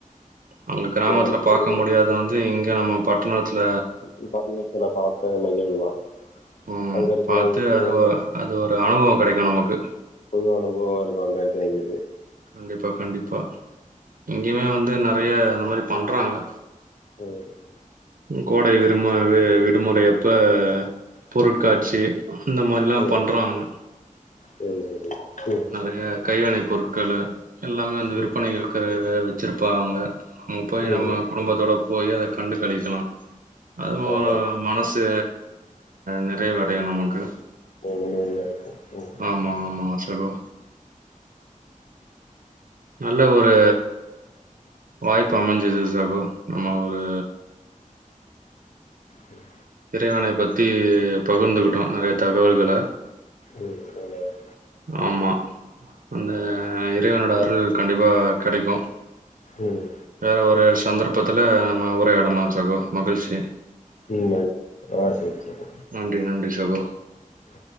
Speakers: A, on the right; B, on the left.
A: அங்க கிராமத்துல
B: அந்த
A: பாக்க
B: சைடு
A: முடியாத வந்து இங்க நம்ம பாதா பட்ணத்துல
B: <unintelligible>
A: ம்.
B: அங்க இருக்கிற
A: பாத்து
B: எங்க <unintelligible>
A: அது ஒ அது ஒரு அனுபவம் கெடைக்கும் நமக்கு.
B: புது அனுபவமா இருக்கூ அங்க இருக்குறவுங்களுக்கு
A: கண்டிப்பா கண்டிப்பா இங்கேயுமே வந்து நறைய இந்த மாரி பண்றாங்க
B: <unintelligible>
A: கோடை விருமு விடுமுறையப்ப பொருட்காட்சி அந்த மாரிலாம்
B: ம்
A: பண்றாங்க
B: சரி சரி
A: நறைய கைவினை பொருட்களு எல்லாமே வந்து விற்பனைகள்
B: ம்
A: இருக்கிற வச்சுருப்பாங்க நம்ம போய்
B: ம்
A: நம்ம
B: ம்
A: குடும்பத்தோட போய் அத கண்டு கழிக்கலா அதுவு
B: ஆமா
A: மனசு நெறைவடையு நமக்கு
B: <unintelligible> ம்
A: ஆமா ஆமா சகோ நல்ல ஒரு வாய்ப்பு அமஞ்சிது சகோ நம்ம ஒரு
B: ம்
A: இறைவனை பத்தி பகிர்ந்துக்கிட்டோ நெறைய தகவல்கள
B: ம் என்னது
A: ஆமா அந்த இறைவனோட அருள் கண்டிப்பா கெடைக்கு
B: ம்
A: வேற ஒரு சந்தர்ப்பத்துல நம்ம உரையாடலா சகோ மகிழ்ச்
B: ம் ம் பாய் ஆ சரி சரி
A: நன்றி நன்றி சகோ
B: ம்